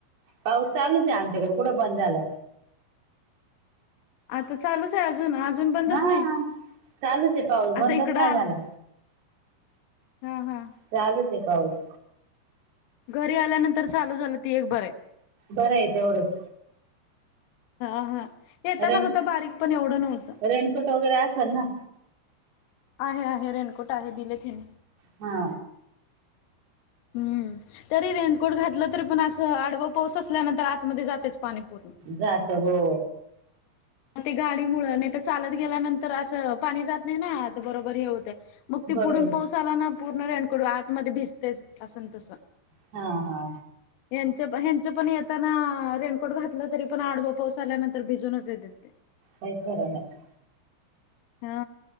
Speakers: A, on the right; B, on the left.
A: पाऊस चालूच आहे आमच्याकडे कुठं बंद झाला.
B: आता चालूच आहे अजून अजून बंदच
A: हा
B: नाही.
A: चालूच आहे पाऊस
B: आता
A: बंदस
B: इकडं
A: नाही झाला.
B: हां हां
A: चालूच आहे पाऊस.
B: घरी आल्यानंतर चालू झालं ती एक बर आहे.
A: बरं आहे तेवढंच.
B: हा हा येताना
A: रेन
B: होता बारीक पण एवढं नव्हतं
A: रेनकोट वगैरे असलं ना.
B: आहे आहे रेनकोट आहे दिले तिने.
A: हा
B: हम्म तरी रेनकोट घातलं तरी पण असं आडवं पाऊस असल्यानंतर आतमध्ये जातेच पाणी पूर्ण.
A: जात हो.
B: ते गाडी मुळ नाही तर चालत गेल्यानंतर असं पाणी जात नाही ना बरोबर हे होते. मग त
A: बरोबर
B: पुढून पोउस आला ना पूर्ण रेणकडू आतमध्ये भिजते असन तसं.
A: हा हा
B: ह्यांचं ह्यांचं पण येताना रेनकोट घातलं तरी पण आडवा पाऊस आल्यानंतर भिजूनच येते. अ <unintelligible>
A: का खरं नाही.
B: हा